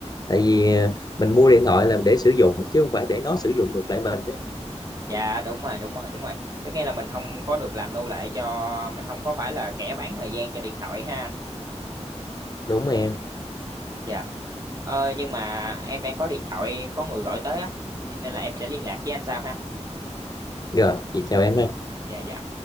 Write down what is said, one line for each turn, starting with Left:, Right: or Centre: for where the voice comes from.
Left: tại vì ờ, mình mua điện thoại là để sử dụng chứ không phải để nó sử dụng ngược lại mình đấy
Right: dạ đúng rồi đúng rồi đúng rồi có nghĩa là mình không có được làm nô lệ cho mình không có phải là kẻ bán thời gian cho điện thoại ha anh
Left: đúng rồi em
Right: dạ ờ, nhưng mà em đang có điện thoại có người gọi tới á nên là em sẽ liên lạc với anh sau ha
Left: rồi vậy chào em ha
Right: dạ dạ